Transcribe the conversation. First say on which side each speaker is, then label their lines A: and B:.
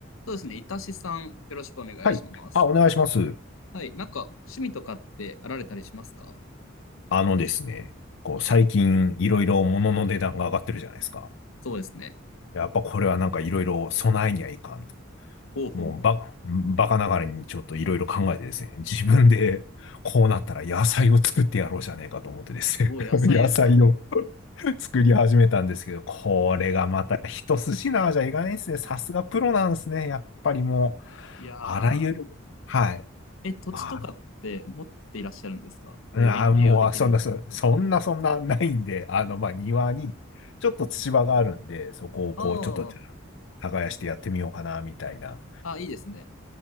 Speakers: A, on the left; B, on the left.
A: そうですね。いたしさん、よろしくお願いします。
B: はい。あ、お願いします。
A: はい。なんか、趣味とかってあられたりしますか
B: あのですね、こう、最近いろいろ物の値段が上がってるじゃないですか。
A: そうですね。
B: やっぱこれはなんかいろいろ備えにはいかんと。
A: ほうほうほ
B: もうば、バカながらにちょっといろいろ考えてですね、自分でこうなったら野菜を作ってやろうじゃねえかと思ってですね、
A: う。お野菜ですか
B: <laughs> 野菜を <laughs> 作り始めたんですけど、これがまた一筋縄じゃいかないですね。
A: えー
B: さすがプロなんですね。やっぱりもう、
A: いや
B: あらゆる、
A: ー。
B: はい。
A: え、土地とかって持っていらっしゃるんですかそういう園芸をできるような。
B: あああ、もう、そんな、そ <laughs> そんな、そんな、ないんで、あの、まあ、庭に、ちょっと土場があるんで、そこを、
A: あー
B: こう、ちょっと、じゃあ耕してやってみようかな、みたいな。
A: あ、いいですね。